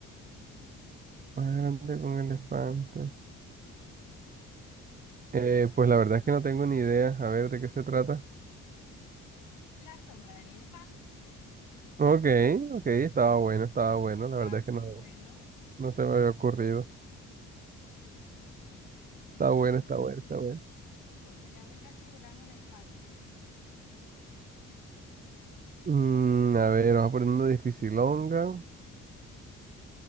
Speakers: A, on the right; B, on the left.
A: Más grande que un elefante. Eh, pues la verdad es que no tengo ni idea. A ver, ¿de qué se trata?
B: La sombra del elefante.
A: Ok, ok, estaba bueno, estaba bueno. La
B: Está
A: verdad es
B: muy
A: que no,
B: bueno.
A: no se me había ocurrido. Está
B: Bueno,
A: bueno, está bueno, está bueno.
B: tu turno. Ya voy casi logrando el empate.
A: Mm, a ver, vamos a poner una dificilonga.